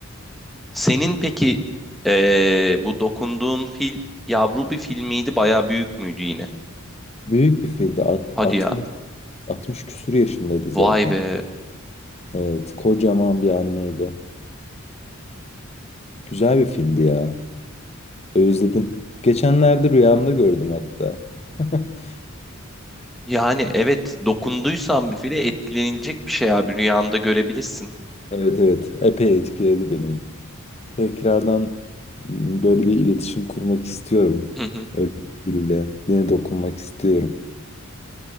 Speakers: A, in the centre; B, on the left.
A: Senin peki eee, bu dokunduğun fil yavru bir fil miydi? Bayağı büyük müydü yine?
B: Büyük bir fildi. At-
A: Hadi
B: 60,
A: ya.
B: 60 küsur yaşındaydı zaten.
A: Vay be.
B: Evet. Kocaman bir anneydi. Güzel bir fildi ya. Özledim. Geçenlerde rüyamda gördüm hatta. <laughs>
A: Yani evet dokunduysan bir file etkilenilecek bir şey abi rüyanda görebilirsin.
B: Evet evet. Epey etkiledi beni. Tekrardan m, böyle bir iletişim kurmak istiyorum.
A: Hı hı.
B: Öyle biriyle. Yine dokunmak istiyorum.